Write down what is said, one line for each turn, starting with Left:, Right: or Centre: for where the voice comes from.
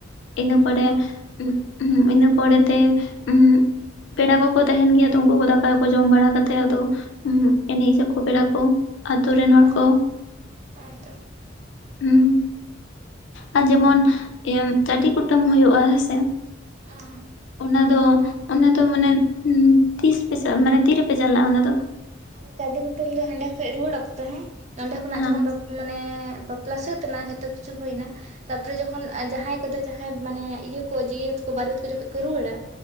Left: ᱤᱱᱟᱹ ᱯᱚᱲᱮ,
Right: ᱚ
Left: ᱩᱸᱜ ᱦᱩᱸ, ᱤᱱᱟ ᱯᱚᱨᱮ ᱛᱮ ᱩᱸᱜ ᱯᱮᱲᱟ ᱠᱚᱠᱚ ᱛᱟᱦᱮᱱ ᱜᱮᱭᱟ ᱛᱚ ᱩᱱᱠᱩ ᱠᱚ ᱫᱟᱠᱟᱠᱚ ᱡᱚᱢ ᱵᱟᱲᱟ ᱠᱟᱛᱮᱜ ᱟᱫᱚ, ᱩᱸᱜ ᱮᱱᱮᱡᱟᱠᱚ ᱯᱮᱲᱟ ᱠᱚ ᱟᱛᱳ ᱨᱮᱱ ᱦᱚᱲ
Right: ᱚ
Left: ᱠᱚ᱾
Right: ᱦᱮᱸᱛᱚ
Left: ᱦᱩᱸ, ᱟᱨ ᱡᱮᱢᱚᱱ ᱤᱭᱟᱹ ᱪᱟᱹᱰᱤ ᱠᱩᱴᱟᱹᱢ ᱦᱩᱭᱩᱜᱼᱟ ᱦᱮᱸᱥᱮ?
Right: ᱚ
Left: ᱚᱱᱟ ᱫᱚ ᱚᱱᱟ ᱫᱚ ᱢᱟᱱᱮ ᱩᱸᱜ ᱛᱤᱥ ᱯᱮ ᱪᱟᱜᱼᱟ ᱢᱟᱱᱮ ᱛᱤᱨᱮᱯᱮ ᱪᱟᱞᱟᱜᱼᱟ ᱚᱱᱟ ᱫᱚ?
Right: ᱟᱞᱮ ᱪᱟᱹᱰᱤ ᱠᱩᱴᱟᱹᱢ ᱫᱚ ᱦᱟᱸᱰᱮ ᱠᱷᱚᱡ ᱨᱩᱣᱟᱹᱲ ᱚᱠᱛᱚ ᱦᱮᱸ, ᱱᱚᱰᱮ ᱠᱷᱚᱱᱟᱜ
Left: ᱦᱮᱸ
Right: ᱡᱚᱠᱷᱚᱱ ᱵᱟᱯ ᱢᱟᱱᱮ ᱵᱟᱯᱞᱟ ᱥᱟᱹᱛᱱᱟ ᱡᱚᱛᱚ ᱠᱤᱪᱷᱩ ᱦᱳᱭᱱᱟ, ᱛᱟᱯᱚᱨᱮ ᱡᱚᱠᱷᱚᱱ ᱡᱟᱦᱟᱸᱭ ᱠᱚᱫᱚ ᱡᱟᱦᱟᱸᱭ ᱢᱟᱱᱮ ᱤᱭᱟᱹ ᱠᱚ ᱡᱤᱭᱟᱹᱛ ᱠᱚ ᱵᱟᱨᱮᱛ ᱠᱚ ᱡᱚᱠᱷᱚᱡ ᱠᱚ ᱨᱩᱣᱟᱹᱲᱟ᱾